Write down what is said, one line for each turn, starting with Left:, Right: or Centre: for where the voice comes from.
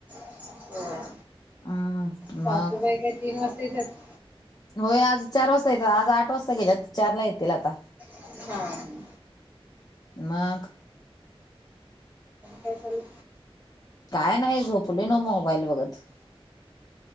Right: हो
Left: हम्म
Right: सासुबाई
Left: मग
Right: काय तीन वाजता येतात.
Left: होय आज चार वाजता येत आज आठ वाजता गेल्या चारला येतील आता.
Right: हा
Left: मघ
Right: काय चाललय?
Left: काय नाही झोपले न मोबाईल बगत.